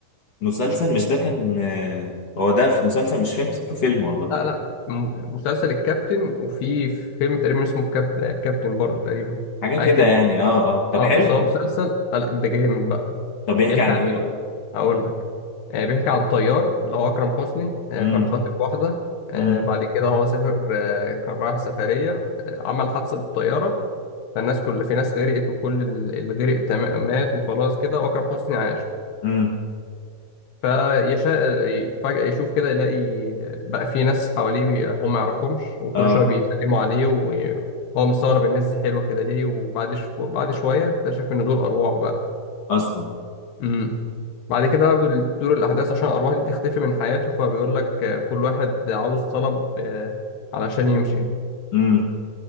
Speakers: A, on the left; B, on the left.
A: مسلسل مش ده كان آه، هو ده في مسلسل مش فيلم فاكره فيلم والله
B: لا لا م- مسلسل الكابتن وفي فيلم تقريبا اسمه الكابتن الكابتن برضه تقريبا
A: حاجة
B: حاجة
A: كده
B: كده
A: يعني اه اه طب
B: اه
A: حلو
B: بس هو مسلسل آه لا ده جامد بقى
A: طب بيحكي
B: بيحكي
A: عن
B: عن
A: ايه
B: إيه؟
A: قول
B: هقول لك آه بيحكي عن طيار اللي هو أكرم حسني آه
A: امم
B: كان خاطب واحدة آه
A: امم
B: بعد كده هو سافر آه كان رايح سفرية آه عمل حادثة بالطيارة فالناس كل في ناس غرقت وكل ال- اللي غرق تمام مات وخلاص كده وأكرم حسني عاش
A: امم
B: فيشاء فجأة يشوف كده يلاقي بقى في ناس حواليه هم ما يعرفهمش وكل
A: اه
B: شوية بيتكلموا عليه وهو مستغرب الناس دي حلوة كده ليه وبعد شو... بعد شوية اكتشف إن دول أرواح بقى
A: اصلا
B: امم بعد كده بقى بتدور الأحداث عشان الأرواح دي تختفي من حياته فبيقول لك آه، كل واحد عاوز طلب آه، علشان يمشي
A: امم